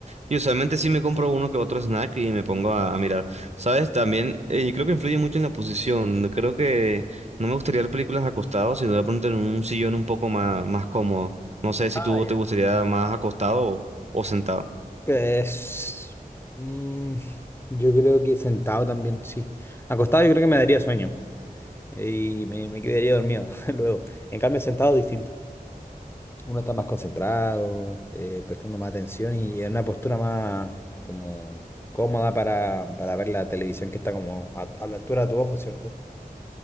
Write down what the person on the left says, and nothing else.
Ah,
ya.
Pues, mm, yo creo que sentado también, sí. Acostado yo creo que me daría sueño eh, y me, me quedaría dormido <laughs> luego. En cambio, sentado distinto. Uno está más concentrado, eh, prestando más atención y en una postura más como cómoda para, para ver la televisión que está como a, a la altura de tu ojo, ¿cierto?